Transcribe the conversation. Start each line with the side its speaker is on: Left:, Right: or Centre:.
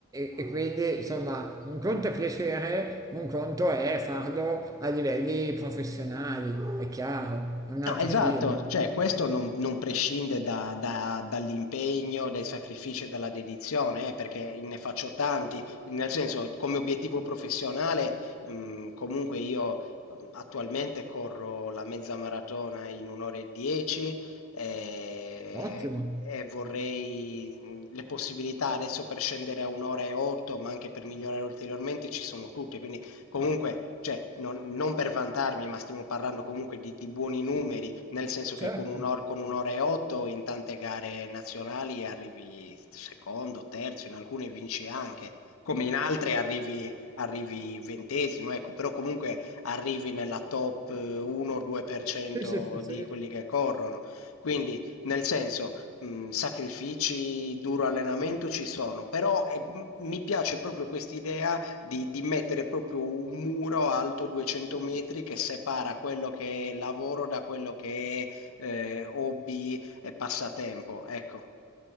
Right: e- e quindi insomma un conto è piacere, un conto è farlo a livelli professionali, è chiaro, è un
Left: No,
Right: altro
Left: esatto,
Right: film.
Left: cioè questo non, non prescinde da- da- dall'impegno, dai sacrifici e dalla dedizione, eh, perché ne faccio tanti, nel senso come obiettivo professionale, mh, comunque io mh, attualmente corro la mezza maratona in un'ora e dieci eh,
Right: Ottimo,
Left: e vorrei mh, le possibilità adesso per scendere a un'ora e otto, ma anche per migliorare ulteriormente ci sono tutte, quindi Comunque, cioè, non, non per vantarmi, ma stiamo parlando comunque di, di buoni numeri, nel senso
Right: certo,
Left: che con un'ora, con un'ora e otto in tante gare nazionali arrivi secondo, terzo, in alcune vinci anche, come in altre arrivi, arrivi ventesimo, ecco, però comunque arrivi nella top 1-2%
Right: sì, sì, sì, sì.
Left: di quelli che corrono. Quindi, nel senso, mh, sacrifici, duro allenamento ci sono, però eh, m- mi piace proprio quest'idea di, di mettere proprio un muro alto 200 metri che separa quello che è lavoro da quello che è eh, hobby e passatempo. Ecco,